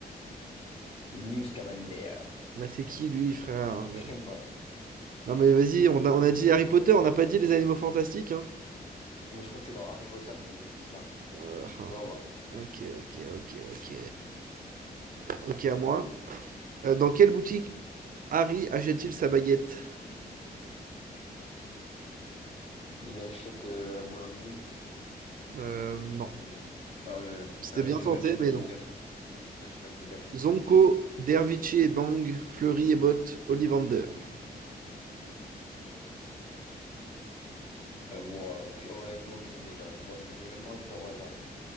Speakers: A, on the left; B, on the right.
A: C'est Newt Scamander.
B: Mais c'est qui lui, frère? euh
A: Je sais pas.
B: Non mais vas-y, on a, on a dit Harry Potter, on n'a pas dit les animaux fantastiques, hein.
A: Mais je crois que c'est dans Harry Potter qu'ils écrivent ça.
B: Euh, <laughs>
A: Tu vois voir.
B: ok, ok, ok, ok. Ok, à moi. Euh, dans quelle boutique Harry achète-t-il sa baguette?
A: Il achète euh, à la boulangerie.
B: Euh, non.
A: Ok. Non, je... euh,
B: C'était
A: vas-y,
B: bien tenté,
A: je veux bien que tu me
B: mais
A: passes
B: non.
A: les quatre. Je veux Bien que tu passes les quatre.
B: Zonko, Dervichi et Bang, Fleury et Bott, Ollivander.
A: Euh, bon, euh, honnêtement, aucune idée là. J'ai pas envie- j'ai même pas envie de faire au hasard.